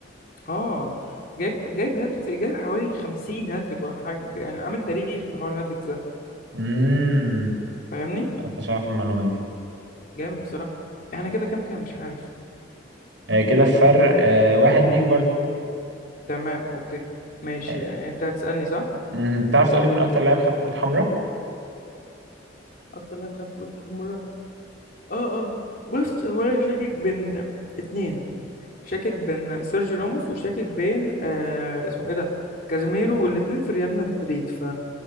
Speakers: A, on the left; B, on the right.
A: اه جايب جايب هاتريكس جايب حوالي 50 هاتريك ولا حاجه يعني عامل تاريخ في حوار الهاتريكس ده
B: امم
A: فاهمني
B: انا كنتش عارف المعلومة دي
A: جامد بصراحه احنا كده كام كام مش عارف
B: آه، كده في فرق آه، واحد ليك برضه
A: تمام اوكي ماشي
B: آه،
A: آه، انت هتسالني صح
B: مهم. تعرف تقولي مين اكتر لاعب خد كرة حمراء
A: اكتر لاعب خد كروت حمراء اه اه بص هو انا شاكك بين اتنين شاكك بين سيرجي راموس وشاكك بين آه اسمه ايه ده كازيميرو والاتنين في ريال مدريد ف